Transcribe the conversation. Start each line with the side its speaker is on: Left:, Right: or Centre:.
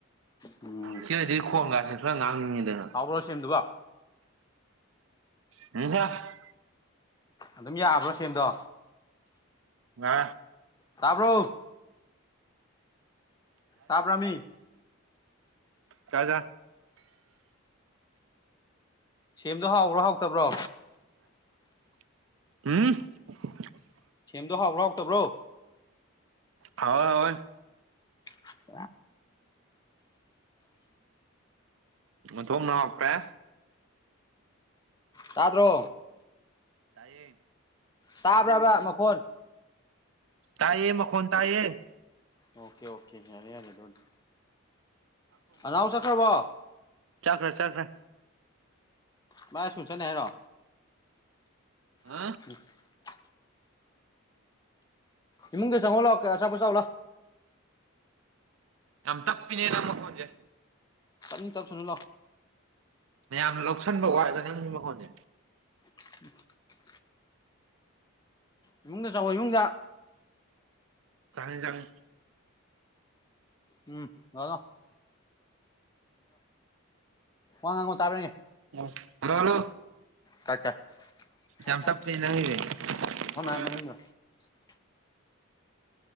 Left: ꯎꯝ
Right: ꯁꯤꯅꯗꯤ ꯈꯣꯟꯒꯖꯦ ꯉꯥꯡꯅꯤꯡꯉꯤꯗꯅ
Left: ꯍꯥꯎꯕ꯭ꯔꯣ ꯁꯦꯝꯗꯨꯕꯣ
Right: <unintelligible>
Left: ꯑꯗꯨꯝ ꯌꯥꯕ꯭ꯔꯣ ꯁꯦꯝꯗꯣ
Right: ꯉꯥ
Left: ꯇꯥꯕ꯭ꯔꯣ ꯇꯥꯕꯔꯃꯤ
Right: ꯆꯥꯖꯥ
Left: ꯁꯦꯝꯗꯣ ꯍꯥꯎꯕ꯭ꯔꯣ ꯍꯥꯎꯇꯕ꯭ꯔꯣ
Right: ꯍꯨꯝ
Left: ꯁꯦꯝꯗꯣ ꯍꯥꯎꯕ꯭ꯔꯣ ꯍꯥꯎꯇꯕ꯭ꯔꯣ
Right: ꯍꯥꯎꯋꯦ ꯍꯥꯎꯋꯦ
Left: <unintelligible>
Right: ꯑꯣꯟꯊꯣꯛꯅ ꯍꯥꯎꯈ꯭ꯔꯦ
Left: ꯇꯥꯗ꯭ꯔꯣ
Right: ꯇꯥꯏꯌꯦ
Left: ꯇꯥꯕ꯭ꯔꯕ ꯃꯈꯣꯟ
Right: ꯇꯥꯌꯦ ꯃꯈꯣꯟ ꯇꯥꯏꯌꯦ
Left: ꯑꯣꯀꯦ ꯑꯣꯀꯦ ꯌꯥꯔꯦ ꯌꯥꯔꯦ ꯑꯗꯨꯏꯗꯤ ꯑꯅꯥꯎ ꯆꯠꯈ꯭ꯔꯕꯣ
Right: ꯆꯠꯈ꯭ꯔꯦ ꯆꯠꯈ꯭ꯔꯦ
Left: ꯃꯥ ꯏꯁꯀꯨꯜ ꯆꯠꯅꯤ ꯍꯥꯏꯔꯣ
Right: ꯑ
Left: <unintelligible> ꯏꯃꯨꯡꯗ ꯆꯪꯉꯛꯑꯣ ꯂꯥꯛꯑꯀ ꯑꯆꯥꯄꯣꯠ ꯆꯥꯎꯂꯥꯎ
Right: ꯌꯥꯝ ꯇꯞꯄꯤꯅꯦ ꯅꯪ ꯃꯈꯣꯟꯁꯦ
Left: ꯇꯞꯅꯤꯡ ꯇꯞꯁꯥꯅꯨ
Right: ꯃꯌꯥꯝꯅ ꯂꯧꯁꯟꯕ ꯋꯥꯏꯕ ꯅꯪꯒꯤ ꯃꯈꯣꯠꯁꯦ
Left: <unintelligible> ꯏꯃꯨꯡꯗ ꯆꯪꯉꯣ ꯏꯃꯨꯡꯗ
Right: ꯆꯪꯉꯦ ꯆꯪꯉꯦ
Left: ꯎꯝ ꯂꯥꯎ ꯂꯥꯎ ꯋꯥ ꯉꯥꯡꯉꯣ ꯇꯥꯕ꯭ꯔ ꯌꯦꯡꯒꯦ
Right: ꯑꯣ ꯍꯜꯂꯣ ꯍꯜꯂꯣ
Left: ꯇꯥꯏ ꯇꯥꯏ
Right: ꯌꯥꯝ
Left: <unintelligible>
Right: ꯇꯞꯄꯦ ꯅꯪꯒꯤꯁꯦ ꯆꯠꯂꯣ